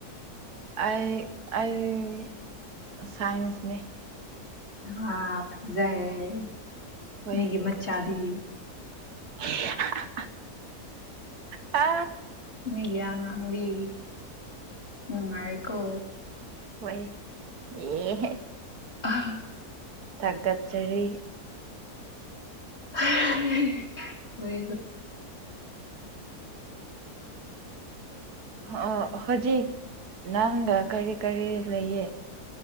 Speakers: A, on the right (about 80°); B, on the left (about 45°).
A: ꯑꯩ ꯑꯩ ꯁꯥꯏꯟꯁꯅꯦ꯫
B: ꯍꯥ ꯐꯖꯩ
A: ꯍꯣꯏ
B: ꯃꯤꯒꯤ ꯃꯆꯥꯗꯤ꯫
A: <unintelligible> ꯑ
B: ꯃꯤꯒ ꯉꯥꯡꯗꯤ ꯅꯨꯡꯅꯥꯏꯔꯤ ꯀꯣ꯫
A: ꯍꯣꯏ ꯑꯦ
B: ꯑꯍ
A: ꯊꯥꯒꯠꯆꯔꯤ꯫
B: ꯍ ꯍ
A: ꯑꯣ ꯍꯧꯖꯤꯛ ꯅꯪꯒ ꯀꯔꯤ ꯀꯔꯤ ꯂꯩꯌꯦ꯫